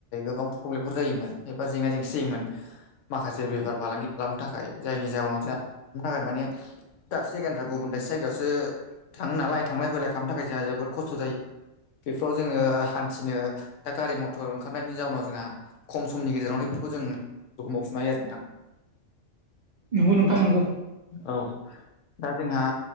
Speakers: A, on the left (about 70°); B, on the right (about 85°).
A: गोबां प्रब्लेमफोर जायोमोन एबा जेंना जेंसि जायोमोन। माखासे बेफार फालांगि खालामनो थाखाय जायनि जाउनाव जोंहा <inaudible> थाखाय माने दाबसे जायगानिफ्राय गुबुन दाबसे जायगायावसो थाङो नालाय थांलाय फैलाय खालामनो थाखाय जोंहा जोबोद खस्थ' जायो। बेफोराव जोङो हान थिनो दा गारि मथर ओंखारनायनि जाउनाव जोंहा खम समनि गेजेरावनो बेफोरखौ जों <unintelligible> मावफुनो हायो आरो नोंथां।
B: नंगौ नोंथां नंगौ।
A: औ दा जोंहा